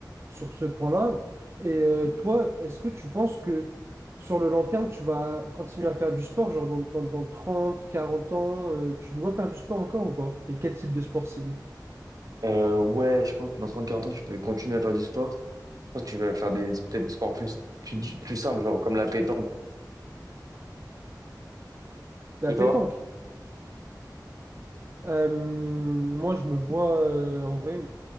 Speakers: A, on the right; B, on the right.
A: sur ce point-là. Et euh, toi, est-ce que tu penses que sur le long terme, tu vas continuer à faire du sport, genre dans, dans, dans 30 40 ans, euh, tu dois faire du sport encore ou pas? Et quel type de sport, si oui?
B: Euh, ouais, je pense que dans trente-quarante ans, je vais continuer à faire du sport. Je pense que je vais faire des peut-être des sports plus plus, plus simples, genre comme la pétanque.
A: La
B: Et
A: pétanque.
B: toi?
A: Euh, moi, je me vois euh, en vrai,